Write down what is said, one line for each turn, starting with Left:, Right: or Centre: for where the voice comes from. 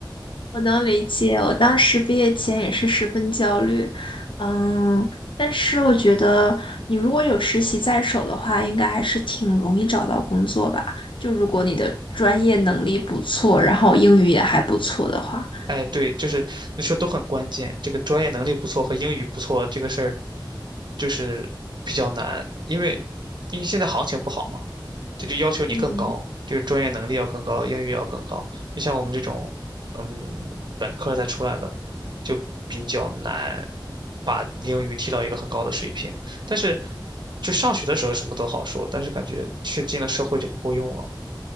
Left: 我能理解。我当时毕业前也是十分焦虑，嗯，但是我觉得你如果有实习在手的话，应该还是挺容易找到工作吧。就如果你的专业能力不错，然后英语也还不错的话，
Right: 哎，对，就是你说都很关键，这个专业能力不错和英语不错这个事儿，就是比较难，因为因为现在行情不好嘛，这就要求你更高，
Left: 嗯。
Right: 就是专业能力要更高，英语要更高。就像我们这种，嗯，本科才出来的，就比较难把英语提到一个很高的水平。但是，就上学的时候什么都好说，但是感觉是进了社会就不够用了。